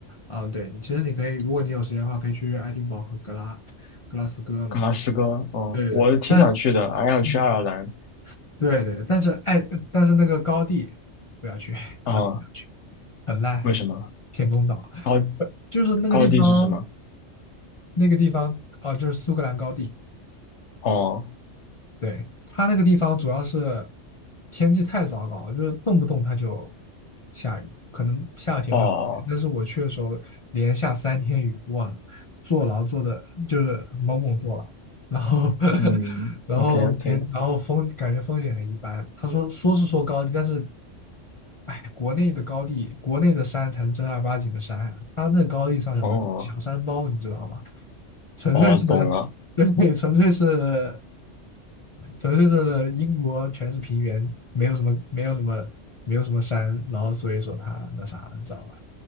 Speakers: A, on the left; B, on the left.
A: 啊，对，其实你可以，如果你有时间的话，可以去爱丁堡和格拉格拉斯哥嘛。
B: 格拉斯哥，嗯，
A: 对对对，
B: 我挺想去的，
A: 但
B: 还想去爱尔兰，
A: 嗯，对对，但是爱，但是那个高地不要去，高地不要去，
B: 啊、
A: 很烂，
B: 为什么？
A: 天空岛，
B: 然后。
A: <laughs> 就是那个地方。
B: 高地是什么？
A: 那个地方啊，就是苏格兰高地，
B: 哦
A: 对，它那个地方主要是天气太糟糕了就是动不动它就下雨，可能夏天会好一点，
B: 哦，
A: 但是我去的时候连下三天雨，哇，坐牢坐的就是猛猛坐牢，然后 <laughs>
B: 嗯，OK
A: 然后天，
B: OK，
A: 然后风感觉风景很一般。他说说是说高地，但是哎，国内的高地，国内的山才是正儿八经的山啊，他那高地算什么小山包，
B: 哦
A: 你知道吗？纯粹是，
B: 哦，懂了，
A: 对，<laughs> 纯粹是，呃纯粹是英国全是平原，没有什么，没有什么，没有什么山，然后所以说它那啥，你知道吧？